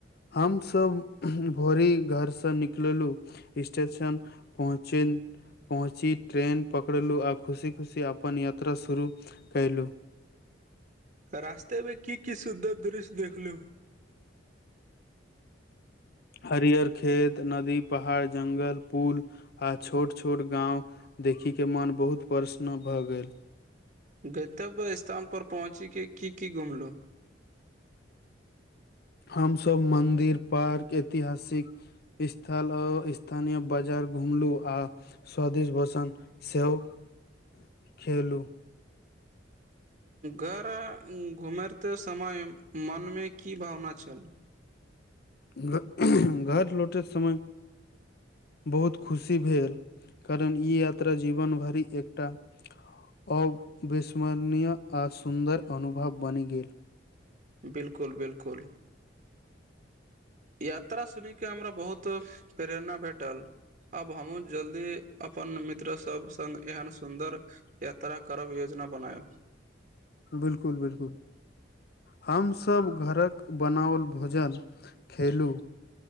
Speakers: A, on the left; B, on the right.
A: हमसभ भोरी घरसँ निकललहुँ स्टेशन पहुँचेल पहुँची ट्रेन पकड़लहुँ आ खुशी खुशी अपन यात्रा शुरू कयलूँ
B: रास्ता मे कि कि सुधर दृश्य देखलु
A: हरियर खेत नदी पहाड़ जंगल पुल आ छोट छोट गाँंव देखी के मोन बहुत प्रसन्न भऽ गेल
B: गतव्य स्थानप पहुँचिके की की घुमलहुँ
A: हमसभ मन्दिर पार्क ऐतिहासिक स्थल अ स्थानीय बाजार घुमलू आ स्वदीश बसन सेहो खेलू
B: घर घुमैते समय मनमे की भावना छल
A: घ घर लौटय समय बहुत खुशी भेल कारण ई यात्रा जीवन भरि एकटा अविस्मरणीय आ सुन्दर अनुभव बनि गेल
B: बिल्कुल बिल्कुल यात्रा सुने के हमरा बहुत प्रेरणा भेटल आब हमहुँ जल्दी अपन मित्र सब संग एहन सुन्दर यात्रा करब योजना बनायब
A: बिल्कुल बिल्कुल हमसभ घरक बनाओल भोजन खेलु